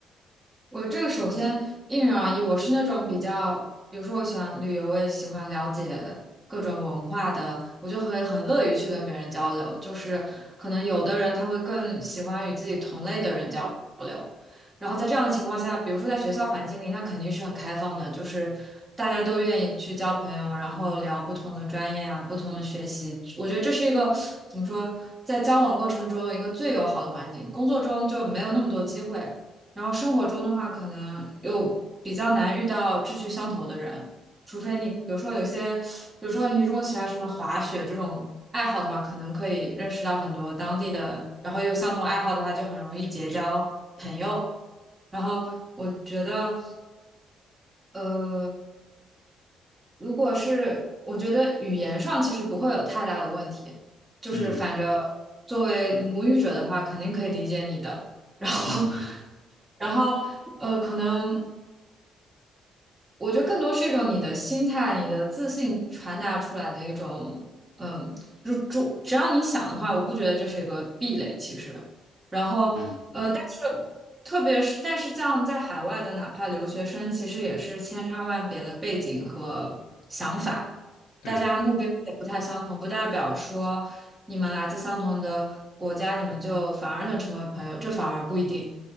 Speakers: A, on the right; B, on the left.
A: 我这个首先因人而异，我是那种比较，比如说我喜欢旅游，我也喜欢了解各种文化的，我就会很乐于去跟别人交流。就是可能有的人他会更喜欢与自己同类的人交流，然后在这样的情况下，比如说在学校环境里，那肯定是很开放的，就是大家都愿意去交朋友，然后聊不同的专业啊，不同的学习。我觉得这是一个怎么说，在交往过程中一个最友好的环境，工作中就没有那么多机会。然后生活中的话，可能又比较难遇到志趣相投的人，除非你，比如说有些，比如说你如果喜欢什么滑雪这种爱好的话，可能可以认识到很多当地的，然后有相同爱好的话，就很容易结交朋友。然后我觉得，呃，如果是我觉得语言上其实不会有太大的问题，就是反正
B: 嗯
A: 作为母语者的话，肯定可以理解你的。<laughs> 然后，
B: 嗯哼，
A: <laughs> 然后呃，可能。我觉得更多是一种你的心态、你的自信传达出来的一种，嗯，如主只要你想的话，我不觉得这是一个壁垒，其实。然后，
B: 嗯，
A: 呃，但是特别是，但是像在海外的，哪怕留学生，其实也是千差万别的背景和想法，
B: 对，
A: 大家目标也不太相同，不代表说你们来自相同的国家，你们就反而能成为朋友，这反而不一定。